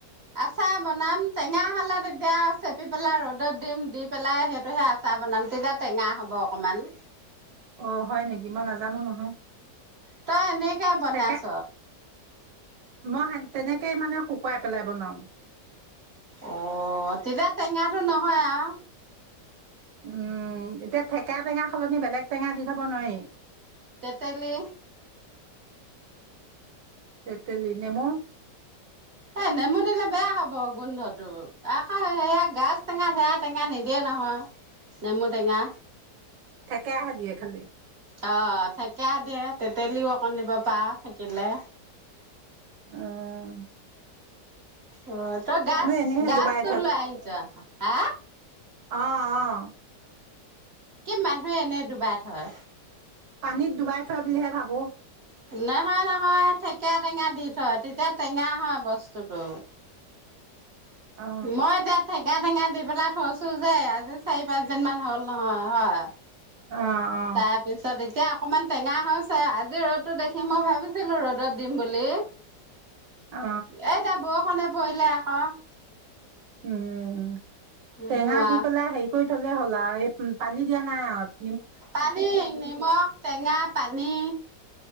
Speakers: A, on the right; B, on the right.
A: আচাৰ বনাম, টেঙা হলে তেতিয়া চেপি পেলাই ৰ'দত দিম, দি পেলাই সেইটোহে আচাৰ বনাম তেতিয়া টেঙা হ'ব অকমান।
B: অহ হয় নেকি, মই নাজানো নহয়।
A: তই এনেকে বনাইছ
B: থেকা মই সান তেনেকেই মানে শুকুৱাই পেলাই বনাওঁ।
A: অহ তেতিয়া টেঙাটো নহয় আৰু
B: উম এতিয়া ঠেকেৰা টেঙা সলনি বেলেগ টেঙা দি থব নোৱাৰি
A: তেতেলী
B: তেঁতেলী-নেমু
A: অই নেমু দিলে বেয়া হ'ব গোন্ধটো, আকৌ সেয়া গাজ টেঙা সেয়া টেঙা নিদিয়ে নহয় নেমু টেঙা
B: ঠেকেৰা হে দিয়ে খালি।
A: অহ ঠেকেৰা দিয়ে তেতেলিও অকণ দিব পাৰা থাকিলে
B: অহ
A: অহ তই গাজ
B: এনেহে
A: গাজটো
B: ডুবাই
A: লৈ আহিছ হা
B: অহ অহ।
A: কি মানুহে এনেই ডুবাই থৈ।
B: পানীত ডুবাই থৈ বুলিহে ভাবো।
A: নহয় নহয়, ঠেকীৰা টেঙা দি থয় তেতিয়া টেঙা হয় বস্তুটো।
B: অ
A: মই তাত ঠেকেৰা টেঙা দি থছো যোয় আজি চাৰি পাঁচদিন মান হ'ল নহয় হয়
B: অ অ
A: তাৰপিছত এতিয়া, অকণমান টেঙা হৈছে আজি ৰ'দতটো দেখি মই ভাবিছিলো ৰ'দত দিম বুলি এতিয়া
B: অ
A: বৰষুণে, পৰিলে আকৌ,
B: উম!
A: নিদো
B: টেঙা দি
A: আও
B: পেলাই হেৰি কৰি, থলে হ'লা এই পানী দিয়া নাই আত,
A: পানী নিমখ টেঙা পানী,